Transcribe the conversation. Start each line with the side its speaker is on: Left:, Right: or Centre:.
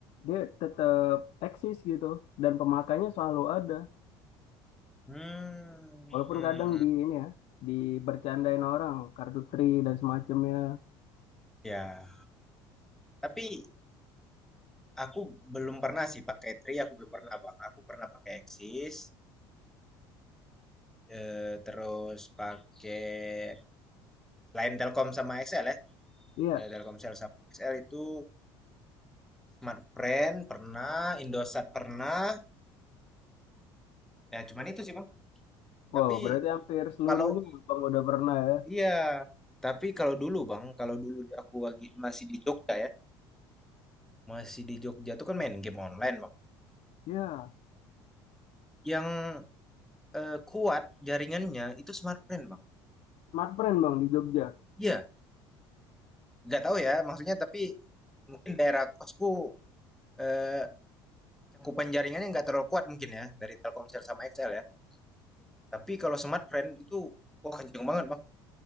Left: dia tetap eksis gitu dan pemakainya selalu ada.
Centre: Hmm.
Left: Walaupun
Centre: Hmm.
Left: kadang di ini ya dibercandain orang kartu tri dan semacamnya.
Centre: Ya. Tapi Aku belum pernah sih pakai Tri, aku belum pernah Bang. Aku pernah pakai Axis, eh, terus pakai selain Telkom sama XL ya.
Left: Iya,
Centre: Eh, Telkomsel sama XL itu Smartfren pernah, Indosat pernah. Ya cuman itu sih Bang.
Left: wow
Centre: Tapi
Left: berarti hampir seluruhnya
Centre: kalau
Left: bang udah pernah ya.
Centre: iya, tapi kalau dulu Bang, kalau dulu aku lagi masih di Jogja ya. Masih di Jogja tuh kan main game online Bang.
Left: Iya,
Centre: Yang eh, kuat jaringannya itu Smartfren Bang.
Left: smartfren bang di Jogja.
Centre: Iya, Nggak tahu ya, maksudnya tapi mungkin daerah kosku eh, cakupan jaringannya nggak terlalu kuat mungkin ya dari Telkomsel sama XL ya. Tapi kalau Smartfren itu wah kenceng banget bang.